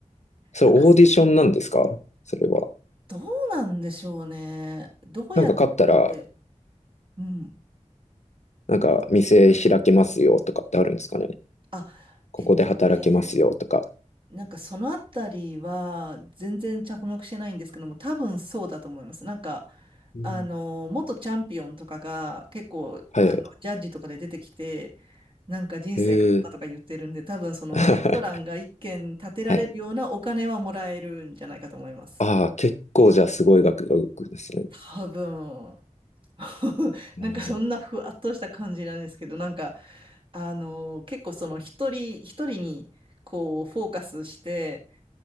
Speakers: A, on the left; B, on the right.
A: それオーディションなんですかそれは。
B: なんか、どうなんでしょうね。どうやって、
A: なんか勝ったら、
B: うん。
A: なんか店開けますよとかってあるんですかね。
B: あ、
A: ここで働けますよとか。
B: えっとね、なんかそのあたりは全然着目してないんですけども、多分そうだと思います。なんか、
A: うん。
B: あの、元チャンピオンとかが結構、
A: はいはい。
B: あの、ジャッジとかで出てきて、なんか人生変わったとか言ってるんで、
A: へえ。
B: 多分そのレストランが一軒建てられるようなお金はもらえるんじゃないかと思います。
A: <laughs> はい。ああ、結構じゃあすごい額が動くんですね。
B: 多分、<laughs>
A: うん
B: なんかそんなふわっとした感じなんですけど、なんか、あのー結構その一人一人にこうフォーカスして、